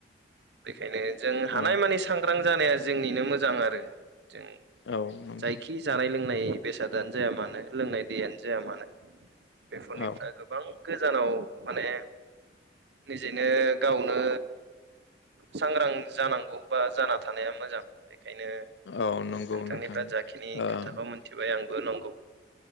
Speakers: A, on the right; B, on the left.
A: बेखायनो जों हानायमानि
B: औ
A: सांग्रां जानाया जोंनिनो मोजां आरो जों।
B: औ नंगौ
A: जायखि जानाय लोंनाय बेसादानो जाया मानो लोंनाय दैयानो जाया मानो बेफोरनिफ्राय
B: औ
A: गोबां गोजानाव माने निजेनो गावनो सांग्रां जानांगौ बा जाना थानाया मोजां बेखायनो नोंथांनिफ्राय
B: औ नंगौ नोंथां
A: जाखिनि
B: ओ
A: खोथाखौ मोनथिबाय आंबो नंगौ।